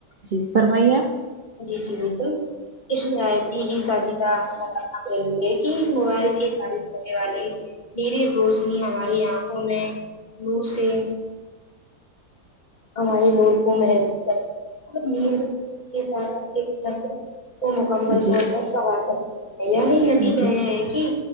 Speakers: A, on the right; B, on the left.
A: جی فرمائیے آپ
B: جی جی بالکل کش لاتی ہی سازی لا ہے کہ موبائل کے خرید کرنے والے مری روشنی ہماری آنکھوں میں منہ سے ہماری لوڑ کو محدود کرتی ہے اور نیند کے پراکرتک چکر وہ مکمل
A: جی
B: طور پر پگا کر یعنی نتیجہ
A: جی
B: یہ ہے کہ